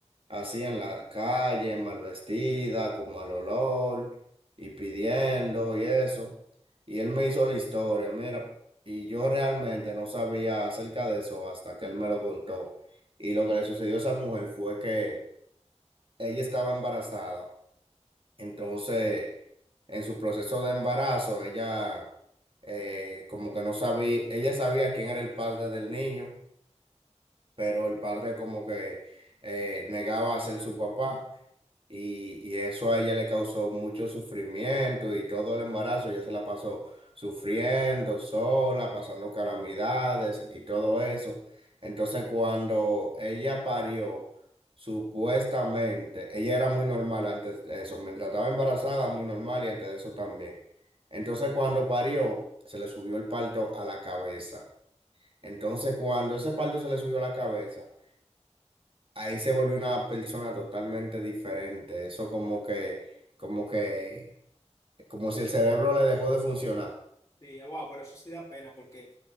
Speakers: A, on the right (about 50°); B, on the left (about 25°).
A: así en la calle, mal vestida, con mal olor y pidiendo y eso? Y él me hizo la historia, mira. Y yo realmente no sabía acerca de eso hasta que él me lo contó. Y lo que le sucedió a esa mujer fue que ella estaba embarazada. Entonces, en su proceso de embarazo, ella eh, como que no sabía, ella sabía quién era el padre del niño, pero el padre como que eh, negaba a ser su papá. Y, y eso a ella le causó mucho sufrimiento y todo el embarazo ya se la pasó sufriendo sola, pasando calamidades y todo eso. Entonces cuando ella parió, supuestamente, ella era muy normal antes de eso, mientras estaba embarazada, muy normal y antes de eso también. Entonces cuando parió, se le subió el parto a la cabeza. Entonces cuando ese parto se le subió a la cabeza, ahí se volvió una persona totalmente diferente. Eso como que, como que, como si el cerebro le dejó de funcionar.
B: sí, wow, pero eso sí da pena porque,